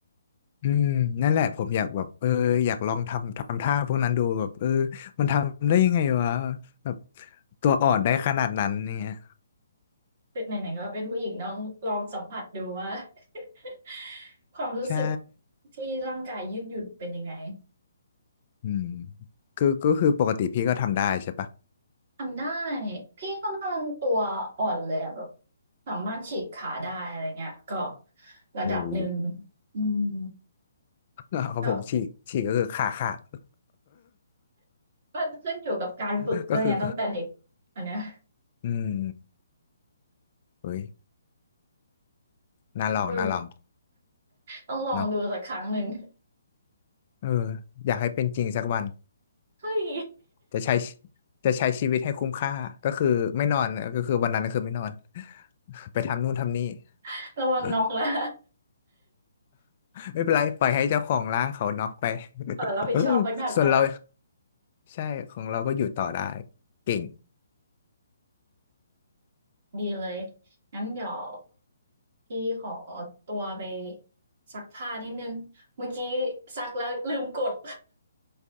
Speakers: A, on the left; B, on the right.
A: อืมนั่นแหละผมอยากแบบเอออยากลองทำทำท่าพวกนั้นดูแบบเออมันทำได้ยังไงวะแบบตัวอ่อนได้ขนาดนั้นเนี่ย
B: เป็นไหนๆก็เป็นผู้หญิงต้องลองสัมผัสดูว่า <laughs> ความรู้สึก
A: ใช่
B: ที่ร่างกายยืดหยุ่นเป็นยังไง
A: อืมคือก็คือปกติพี่ก็ทำได้ใช่ปะ
B: ทำได้พี่ค่อนข้างตัวอ่อนเลยอะแบบสามารถฉีกขาได้อะไรเงี้ยก็ระดับหนึ่ง
A: โอ้โห
B: อืม
A: <laughs> ของผมฉีกฉีกก็คือขาขาด
B: ก็มันขึ้นอยู่กับการฝึกด้วยไงตั้งแต่เด็กอันเนี้ย
A: <laughs> ก็คืออืมเฮ้ยน่าลองน่าลอง
B: เออต้องลองดูสักครั้งหนึ่ง
A: เนาะเอออยากให้เป็นจริงสักวัน
B: เฮ้ย
A: จะใช้จะใช้ชีวิตให้คุ้มค่าก็คือไม่นอนก็คือวันนั้นก็คือไม่นอน <laughs> ไปทำนู่นทำนี่
B: <laughs> ระวังน็อกนะ
A: <laughs> ไม่เป็นไรปล่อยให้เจ้าของร้างเขาน็อกไป
B: <laughs> เออรับผิดชอบวันถัดมา
A: <laughs> ส่วนเราใช่ของเราก็อยู่ต่อได้เก่ง
B: ดีเลย งั้นเดี๋ยวพี่ขอตัวไปซักผ้านิดนึงเมื่อกี้ซักแล้วลืมกด